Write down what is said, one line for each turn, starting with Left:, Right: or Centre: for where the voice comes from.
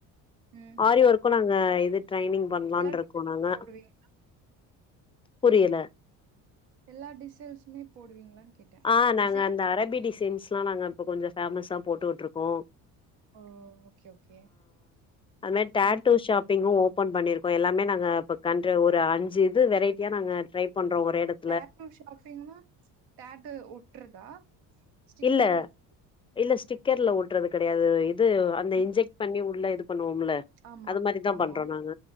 Right: உம்
Left: ஆரி ஒர்க்கு நாங்க இது ட்ரைனிங் பண்ணலான்னு இருக்கோ
Right: டிசைன்ஸ்
Left: நாங்க
Right: போடுவீங்களா?
Left: புரியல
Right: எல்லா டிசைன்ஸுமே போடுவீங்களான்னு கேட்டேன்.
Left: ஆஹ் நாங்க
Right: டிசைன்
Left: அந்த அரபி டிசைன்ஸ் லா நாங்க இப்ப கொஞ்சோ ஃபேமஸா போட்டுட்டுருக்கோ
Right: ஓஹ் ஓகே ஓகே
Left: அது மாரி டேட்டூ
Right: ம்.
Left: ஷாப்பிங்கு ஓப்பன் பண்ணிருக்கோ எல்லாமே நாங்க இப்போ கண்ட ஒரு அஞ்சு இது வெரைட்டியா நாங்க ட்ரை பண்றோ ஒரே இடத்
Right: டேட்டு ஷாப்பிங்னா டேட்டு ஒட்றதா ஸ்டிக்கர்ல
Left: இல்ல
Right: ஒட்
Left: இல்ல ஸ்டிக்கர்ல ஒட்டுறது கிடையாது இது அந்த
Right: ம்.
Left: இன்ஜெக்ட் பண்ணி உள்ள இது பண்ணுவோம்ல
Right: ஆமா,
Left: அது மாரிதா
Right: ஆமா.
Left: பண்றோ நாங்க